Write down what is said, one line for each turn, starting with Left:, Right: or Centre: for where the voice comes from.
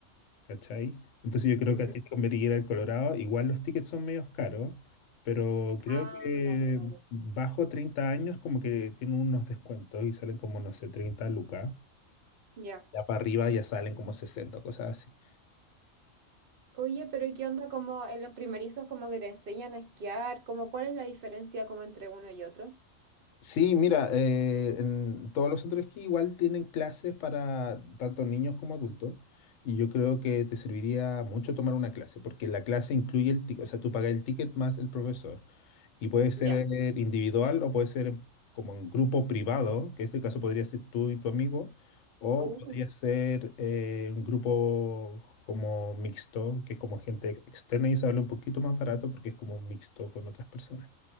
Left: ¿cachai? Entonces yo creo
Right: Ujú.
Left: que a ti te convendría el Colorado. Igual los tickets son medios caros, pero creo
Right: Ah,
Left: que
Right: dale, dale.
Left: bajo 30 años como que tienen unos descuentos y salen como, no sé, 30 lucas.
Right: Ya.
Left: Ya para arriba ya salen como 60 cosas así.
Right: Oye, pero ¿y qué onda como en los primerizos como que te enseñan a esquiar? Como, ¿cuál es la diferencia como entre uno y otro?
Left: Sí, mira, eh, en todos los centros de esquí igual tienen clases para tanto niños como adultos. Y yo creo que te serviría mucho tomar una clase, porque la clase incluye el ticket, o sea, tú pagas el ticket más el profesor. Y puede ser
Right: Ya.
Left: eh, individual o puede ser en- como un grupo privado, que en este caso podría ser tú y tu amigo, o
Right: Oh,
Left: podría ser eh, un grupo como mixto, que es como gente ex- externa y sale un poquito más barato porque es como mixto con otras personas.